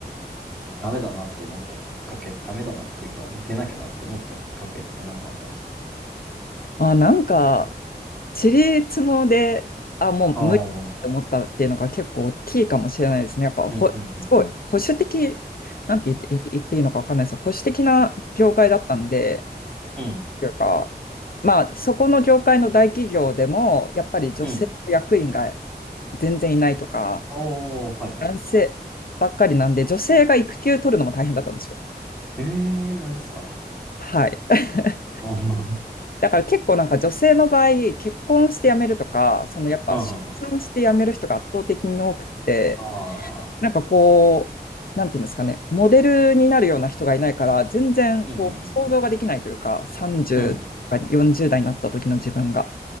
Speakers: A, in the centre; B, on the left (about 60°).
A: ダメだなって思ったきっかけ、ダメだなっていうか、出なきゃなって思ったきっかけってなんかあったんですか
B: あ、なんか、地理つもで、あ、もう無理って思ったっていうのが結構大きいかもしれないですね。
A: ああー、
B: やっぱほ、
A: うんうんうんうん
B: すごい保守的、なんて言って、言っていいのかわかんないです。保守的な業界だったんで、
A: うん。
B: というか、まあ、そこの業界の大企業でも、やっぱり女性の役員が
A: うん。
B: 全然いないとか、
A: おー、はいはいはい。
B: 男性ばっかりなんで、女性が育休取るのも大変だったんですよ。
A: へえ、マジっすか。
B: はい。<laughs>
A: あーあー、
B: だから結構なんか女性の場合、結婚して辞めるとか、そのやっぱ出産して辞める人が圧倒的に多くて、
A: <laughs> あーあー、あー
B: なんかこう、なんていうんですかね、モデルになるような人がいないから、全然こう想像ができないというか、
A: うんうん
B: 30とか40代になった時の自分が。
A: うん。うん。